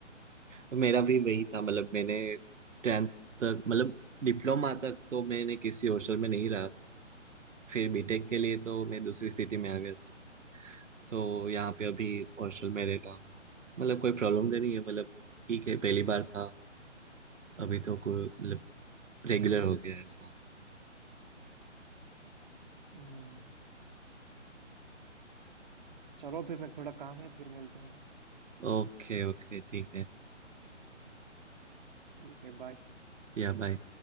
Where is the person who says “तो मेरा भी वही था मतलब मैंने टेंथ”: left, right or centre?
Right